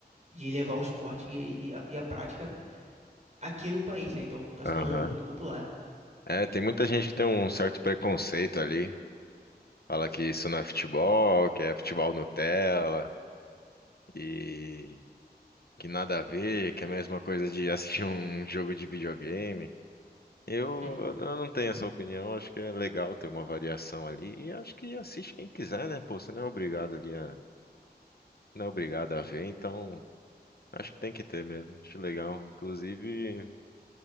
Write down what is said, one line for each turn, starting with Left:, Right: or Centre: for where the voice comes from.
Right: de levar o esporte e, e a, e a prática aqui no país, né? Então tá
Left: Aham.
Right: se tornando muito popular.
Left: É, tem muita gente que tem um certo preconceito ali. Fala que isso não é futebol, que é futebol Nutella. E que nada a ver, que é a mesma coisa de assistir um um jogo de videogame. Eu,
Right: <laughs>
Left: eu não tenho essa opinião, acho que é legal ter uma variação ali e acho que assiste quem quiser, né? Pô, você não é obrigado ali a, não é obrigado a ver, então acho que tem que ter mesmo. Acho legal, inclusive,